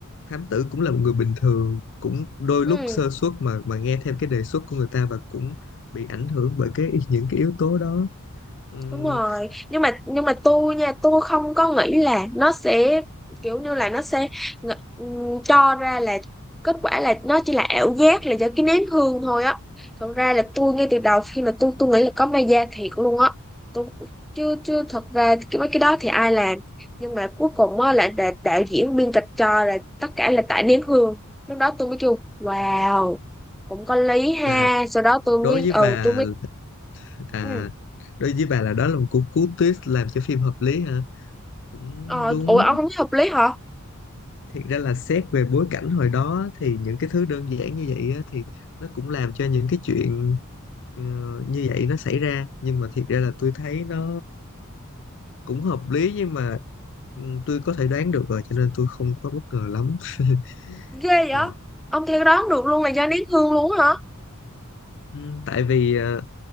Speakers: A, on the left (about 55°); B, in the centre.
A: thám tử cũng là một người bình thường cũng đôi
B: ừ
A: lúc sơ suất mà mà nghe theo cái đề xuất của người ta và cũng bị ảnh hưởng bởi cái <laughs> những cái yếu tố đó Ừm,
B: đúng rồi nhưng mà nhưng mà tôi nha tôi không có nghĩ là nó sẽ kiểu như là nó sẽ ng- ừm, cho ra là kết quả là nó chỉ là ảo giác là do cái nén hương thôi á thật ra là tôi ngay từ đầu khi mà tôi tôi nghĩ là có ma da thiệt luôn á tôi chưa chưa thật ra cái mấy cái đó thì ai làm nhưng mà cuối cùng á là đà- đạo diễn biên kịch cho là tất cả là tại nén hương lúc đó tôi mới kêu wow cũng có lý ha
A: là
B: sau đó tôi mới
A: đối với
B: ừ
A: bà
B: tôi mới
A: à
B: ừ.
A: đối với bà là đó là một cú cú twist làm cho phim hợp lý hả cũng
B: ờ
A: đúng
B: ủa ông không thấy hợp lý hả
A: thiệt ra là xét về bối cảnh hồi đó thì những cái thứ đơn giản như vậy á, thì nó cũng làm cho những cái chuyện Ờ, như vậy nó xảy ra nhưng mà thiệt ra là tôi thấy nó cũng hợp lý nhưng mà ừ, tôi có thể đoán được rồi cho nên tôi không quá bất ngờ lắm <laughs>
B: Ghê vậy?
A: Ờ,
B: Ông theo đoán được luôn là do nén hương luôn hả?
A: ừ, tại vì ờ,